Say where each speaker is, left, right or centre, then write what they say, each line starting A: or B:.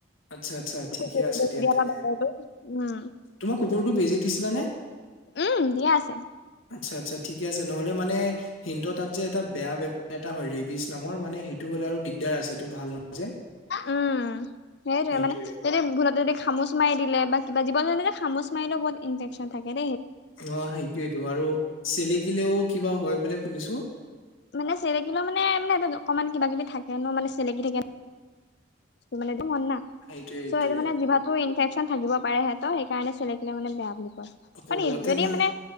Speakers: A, on the left; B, on the left.
A: আচ্ছা আচ্ছা ঠিকে
B: কুকুৰটোক
A: আছে
B: বেজি
A: দিয়া তেনে
B: বা বান্দৰটোক উম
A: তোমাৰ কুকুৰটো বেজি দিছিলা নে।
B: উম দিয়া আছে।
A: আচ্ছা আচ্ছা ঠিকে আছে নহ'লে মানে হিটো তাত যে। এটা বেয়া বেমাৰ এটা হয় ৰেবিচ নামৰ মানে সেইটো হ'লে আৰু দিগদাৰ আছে এইটো ভাল নহয় যে।
B: উম সেইটয়ে
A: সেইটোয়ে
B: মানে যদি ভুলতে যদি খামোচ মাৰি। দিলে বা কিবা জীৱ -জন্তুৱে খামোছ মাৰিলেও বহুত ইনফ্ৰেক্সন থাকে দেই। সেইট্‌ <unintelligible>
A: অঁ, সেইতোয়েটো আৰু চেলেকিলেও কিবা হ'য় বুলিয়ে শুনিছো।
B: মানে, চেলেকিলো মানে, মানে অকমান কিবা কিবি থাকে ন'। মানে চেলেকি থাকে মানে <unintelligible> কমন না। চ'
A: সেইটোয়ে সেইটোয়ে
B: সেইটো কাৰনে জিভাতো ইনফেক্সন থাকিব পাৰে হেঁত। সেই কাৰনে চেলে <unintelligible> কিলে মানে বেয়া বুলি কয়।
A: হ'ব
B: মানে,
A: তেনে
B: যদি মানে